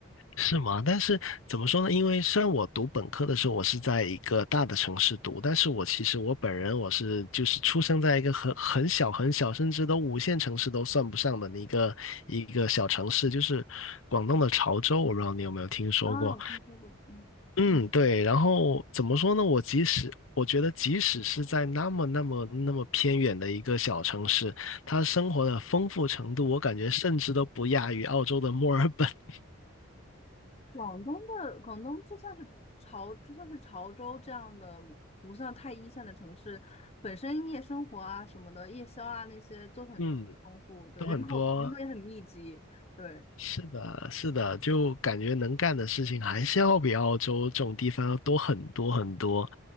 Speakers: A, on the left; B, on the left.
A: 是吗？但是怎么说呢？因为虽然我读本科的时候，我是在一个大的城市读，但是我其实我本人我是就是出生在一个很很小很小，甚至都五线城市都算不上的一个一个小城市，就是广东的潮州。我不知道你有没有听说过。
B: 啊，我听说过，嗯，
A: 嗯，对，然后怎么说呢？我即使我觉得，即使是在那么那么那么偏远的一个小城市，它生活的丰富程度，我感觉甚至都不亚于澳洲的墨尔本。<laughs>
B: 广东的广东就算是潮，就算是潮州这样的不算太一线的城市，本身夜生活啊什么的，夜宵啊那些都很丰富，
A: 嗯，
B: 对，
A: 都很多
B: 人口人口也很密集，对，
A: 是的，是的，就感觉能干的事情还是要比澳洲这种地方要多很多很多，